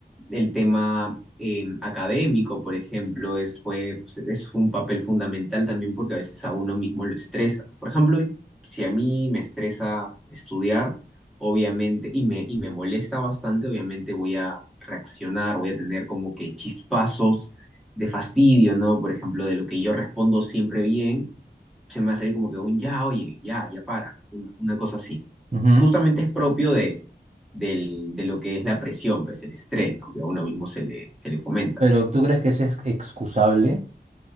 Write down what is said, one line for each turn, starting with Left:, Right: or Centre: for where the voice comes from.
Centre: el tema eh, académico, por ejemplo, es, fue, es un papel fundamental también porque a veces a uno mismo lo estresa, ¿no? Por ejemplo, si a mí me estresa estudiar, obviamente, y me, y me molesta bastante, obviamente voy a reaccionar, voy a tener como que chispazos de fastidio, ¿no? Por ejemplo, de lo que yo respondo siempre bien se me va a salir como que un ya, oye, ya, ya para, ¿no? Una, una cosa así. ¿no?
Right: ujú.
Centre: Justamente es propio de, del- de lo que es la presión, pues el estrés, ¿no? Que a uno mismo se le, se le fomenta.
Right: Pero ¿tú crees que eso es excusable?